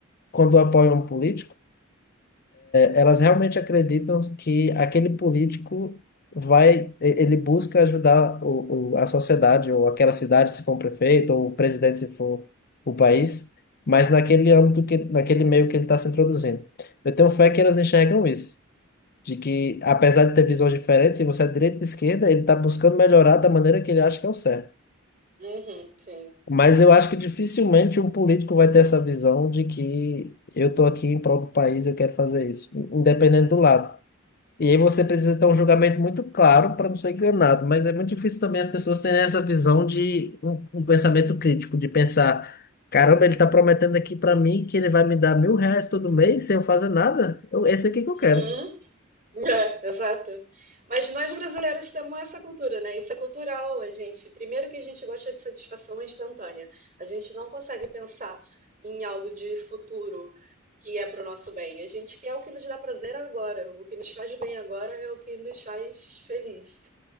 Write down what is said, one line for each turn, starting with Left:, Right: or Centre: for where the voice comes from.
Left: quando apoiam um político, Elas realmente acreditam que aquele político vai, e- ele busca ajudar o, o- a sociedade, ou aquela cidade, se for um prefeito, ou o presidente, se for o país, mas naquele âmbito, que, naquele meio que ele está se introduzindo. Eu tenho fé que elas enxergam isso, de que, apesar de ter visões diferentes, se você é de direita e de esquerda, ele está buscando melhorar da maneira que ele acha que é o certo.
Right: uhum, sim,
Left: Mas eu acho
Right: sim.
Left: que dificilmente um político vai ter essa visão de que eu estou aqui em prol do país, eu quero fazer isso, independente do lado. E aí você precisa ter um julgamento muito claro para não ser enganado, mas é muito difícil também as pessoas terem essa visão de um, um pensamento crítico, de pensar, caramba, ele está prometendo aqui para mim que ele vai me dar mil reais todo mês sem eu fazer nada. Eu, esse é aqui que eu quero.
Right: Uhum. É, exato. Mas nós brasileiros temos essa cultura, né? Isso é cultural, a gente. Primeiro que a gente gosta de satisfação instantânea. A gente não consegue pensar em algo de futuro que é para o nosso bem. A gente quer o que nos dá prazer agora. O que nos faz bem agora é o que nos faz feliz.